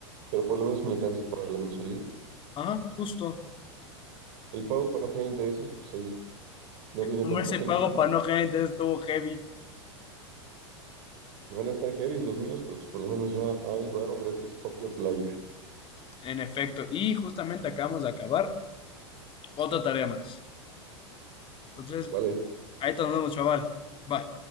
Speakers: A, on the right; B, on the left.
A: pero por lo menos me alcanza para la mensualidad.
B: Ajá, justo.
A: El pago para no generar intereses, pues ahí no viene
B: Hombre,
A: tan potente.
B: ese pago para no generar entonces estuvo heavy,
A: Que van a estar heavy los míos, pero pues por lo menos ya hay varo, gracias Papi player
B: en efecto. Y justamente acabamos de acabar otra tarea más. Entonces,
A: Vale,
B: ahí te nos vemos, chaval. Bye.